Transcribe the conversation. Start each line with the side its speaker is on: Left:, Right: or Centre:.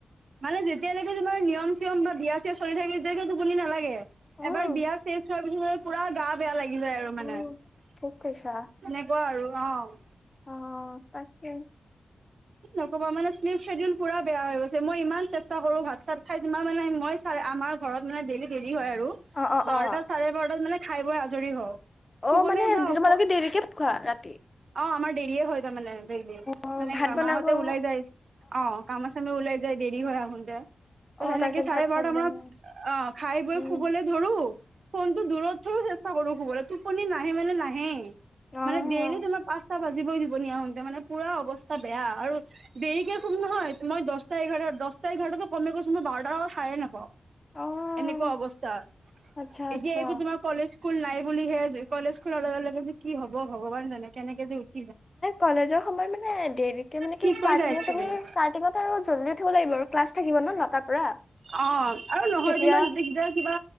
Right: মানে যেতিয়ালৈকে তোমাৰ নিয়ম-চিয়ম বা বিয়া-চিয়া চলি থাকে, তেতিয়ালৈকে টোপনি নালাগে।
Left: উম
Right: এবাৰ বিয়া শে পিছত পুৰা গা বেয়া লাগি যায় আৰু মানে
Left: উম
Right: সেনেকুৱা
Left: ঠিক কৈছা
Right: আৰু অ।
Left: অ তাকে।
Right: নকবা মানে পুৰা বেয়া হৈ গৈছে মই ইমান চেষ্টা কৰো ভাত চাত খাই যিমান মানে মই চাই আমাৰ ঘৰত মানে ডেইলি দেৰি হয় আৰু
Left: অ অ
Right: বাৰটা
Left: অ
Right: চাৰে বাৰটাত মানে খাই বৈ আজৰি হওঁ। শুবলৈ
Left: অ মানে
Right: যাওঁ
Left: তোমালোকে দেৰিকে খোৱা? ৰা
Right: অ আমাৰ দেৰিয়ে হয় তাৰমানে ডেইলী,
Left: অ
Right: মানে
Left: ভাত বনাব
Right: মাহঁতে
Left: অ
Right: ওলাই যায় অ কামা চামা ওলাই যায়। দেৰি হয় আহোনতে ত
Left: অ
Right: সেনেকে
Left: তাৰপিছত
Right: চাৰে
Left: ভাত
Right: বাৰটা
Left: চাত বনোৱা
Right: মানত, অ খাই বৈ
Left: উম
Right: খুবলৈ ধৰো, ফোন টো দূৰত ধৰো চে কৰো সুবলে টোপনি নাহে মানে, নাহে
Left: উম
Right: মানে ডেইলী
Left: অ
Right: তোমাক পাঁচটা বাজিবই টোপনি আহোনতে মানে পুৰা অৱস্থা বেয়া আৰু দেৰিকৈ সুম নহয় মই দহটাই দস্তা, ইঘাৰতা টো কম কৈছ মই বাৰটাৰ আগতে সাৰে নেপাও।
Left: অ',
Right: এনেকুৱা অৱস্থা।
Left: আচ্ছা
Right: এতিয়া
Left: আচ্ছা।
Right: এইবোৰ তোমাৰ কলেজ স্কুল নাই বুলিহে, কলেজ খোলাৰ লগে লগে যে কি হব ভগৱান জানে, কেনেকে যে উঠ
Left: কলেজৰ সময়ত মানে দেৰিকে মানে
Right: ঠিক
Left: কি ষ্টাৰ্টিং
Right: হৈ যায় একচুৱেলি
Left: তুমি ষ্টাৰ্টিঙত আৰু জল্ডি উঠিব লাগিব। আৰু। ক্লাছ থাকিব ন নটাৰ পৰা
Right: অ আৰু নহয়
Left: তেতিয়া
Right: যেনোয়া <inaudible> কিবা